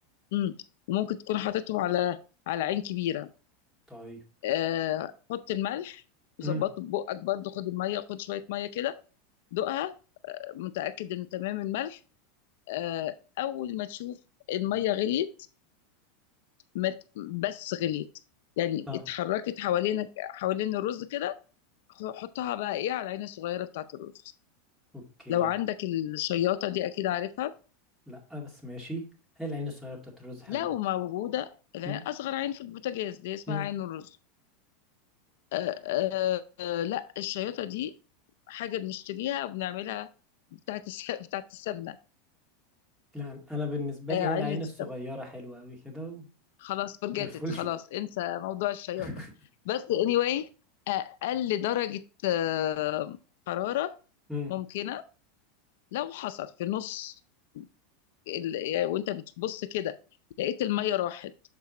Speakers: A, on the left (about 70°); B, in the centre.
A: مم. وممكن تكون حاططهم على على عين كبيره
B: طيب
A: آه، حط الملح وظبطه
B: امم
A: ببقك برضه خد الميه خد شويه ميه كده دوقها متاكد ان تمام الملح آه، اول ما تشوف الميه غليت ما ت- بس غليت يعني
B: اه
A: اتحركت حوالينك حوالين الرز كده حطها بقى ايه على العين الصغيره بتاعت الرز
B: اوكي
A: لو عندك الشياطه دي اكيد عارفها
B: لا بس ماشي هي العين الصغيرة بتاعت الرز حلوة
A: لو موجودة العين
B: امم
A: أصغر عين في البوتاجاز دي اسمها
B: امم
A: عين الرز آه آه آه لا الشياطة دي حاجة بنشتريها وبنعملها بتاعت الس... <laughs> بتاعت السمنة
B: لا انا بالنسبة
A: آه
B: لي هي
A: علبة
B: العين
A: السمنة
B: الصغيرة حلوة قوي كده و-
A: خلاص فرجتت
B: زي الفل
A: خلاص انسى موضوع الشياطة
B: <laughs>
A: بس anyway آه، أقل درجة آه حرارة
B: امم
A: ممكنة لو حصل في النص ال... يعني وانت بتبص كده لقيت المية راحت